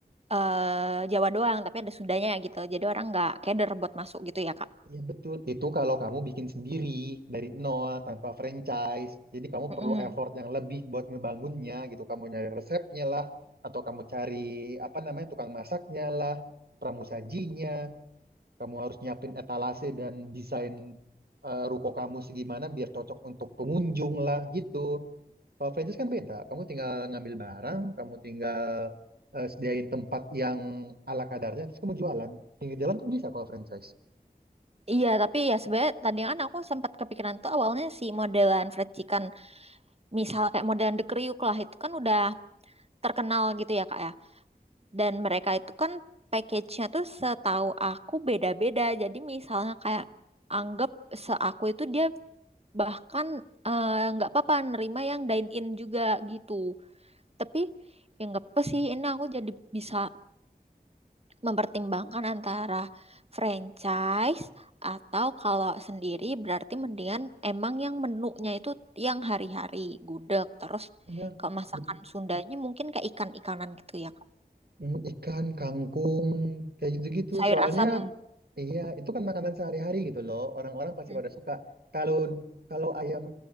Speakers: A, on the right; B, on the right.
A: eh, Jawa doang, tapi ada Sundanya gitu. Jadi orang nggak keder buat masuk gitu ya, Kak.
B: iya betul. Itu kalau kamu bikin sendiri dari nol tanpa franchise. Jadi kamu
A: Mm-mm.
B: perlu effort yang lebih buat ngebangunnya gitu. Kamu nyari resepnya lah atau kamu cari apa namanya tukang masaknya lah, pramusajinya. Kamu harus nyiapin etalase dan desain eh, ruko kamu segimana biar cocok untuk pengunjung lah gitu. Kalau franchise kan beda. Kamu tinggal ngambil barang, kamu tinggal eh, sediain tempat yang ala kadarnya, terus kamu jualan. Pinggir jalan kan bisa kalau franchise.
A: Iya, tapi ya sebenarnya tadi kan aku sempat kepikiran tuh awalnya si modelan fried chicken. misal kayak modern The Kriuk lah itu kan udah terkenal gitu ya kak ya dan mereka itu kan package-nya tuh setahu aku beda-beda jadi misalnya kayak anggap seaku itu dia bahkan eh, nggak apa-apa nerima yang dine in juga gitu tapi ya nggak apa-apa sih ini aku jadi bisa mempertimbangkan antara franchise atau kalau sendiri berarti mendingan emang yang menunya itu yang hari-hari gudeg terus
B: Iya,
A: kalau masakan
B: betul.
A: Sundanya mungkin kayak ikan-ikanan gitu ya Kak.
B: Mm, Ikan, kangkung, kayak gitu-gitu.
A: sayur
B: Soalnya,
A: asam
B: iya, itu kan makanan sehari-hari gitu loh. Orang-orang pasti
A: Hmm.
B: pada suka. Kalau kalau ayam